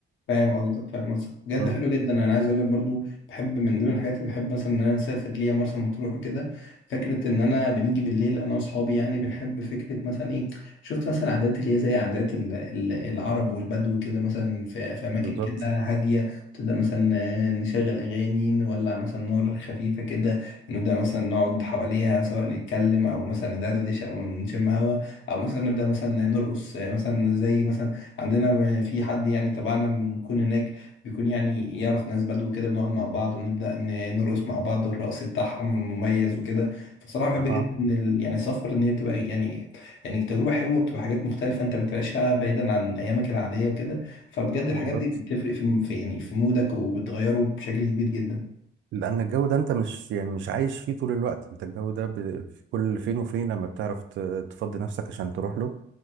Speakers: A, on the left; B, on the right.
A: فاهم قصدك فاهم قصدك بجد
B: مم،
A: حلو جدا انا عايز اقول لك برضو بحب من ضمن الحاجات اللي بحب مثلا ان انا اسافر ليا مرسى مطروح وكده فكره ان انا بنيجي بالليل انا واصحابي يعني بنحب فكره مثلا ايه شفت مثلا عادات اللي هي زي عادات ال- ال- العرب والبدو كده مثلا في في اماكن
B: بالظبط
A: كده هاديه تبدا مثلا آه، نشغل اغاني نولع مثلا نار خفيفه كده نبدا مثلا نقعد حواليها سواء نتكلم او مثلا ندردش او نشم هوا او مثلا نبدا مثلا نرقص آه، مثلا زي مثلا عندنا م- في حد يعني تبعنا بنكون هناك بيكون يعني يعرف ناس بدو كده بنقعد مع بعض ونبدأ ن- نرقص مع بعض والرقص بتاعهم المميز وكده فصراحة بحب
B: أها
A: جدا ان ال- يعني السفر ان هي بتبقى يعني يعني تجربة حلوة بتبقى حاجات مختلفة انت بتعيشها بعيدا عن ايامك العادية وكده فبجد الحاجات
B: بالظبط
A: دي بتفرق في في يعني في مودك وبتغيره بشكل كبير جدا
B: لأن الجو ده أنت مش يعني مش عايش فيه طول الوقت أنت الجو ده ب- في كل فين وفين لما بتعرف ت- تفضي نفسك عشان تروح له